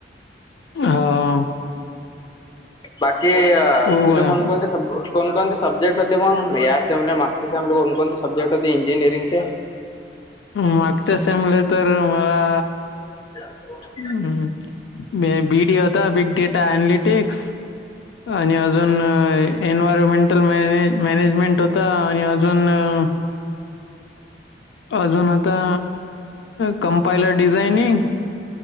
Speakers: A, on the left (about 80°); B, on the left (about 25°).
A: हा
B: बाकी
A: हो
B: तुले
A: बा.
B: कोणंकोणंते सबं कोण-कोणते सब्जेट होते मग? या समला मागचे सम ला कोण-कोणते सब्जेक्ट होते इंजिनिअरिंगचे?
A: मागच्या सम ला तर मला
B: <inaudible>
A: हम्, म बी, डी, होता बिग डेटा एनलिटिक्स आणि अजून अं ए एन्वयरमेंटल म मॅनेजमेंट होता, आणि अजून अं अजून आता कंपायलर डिझायनिंग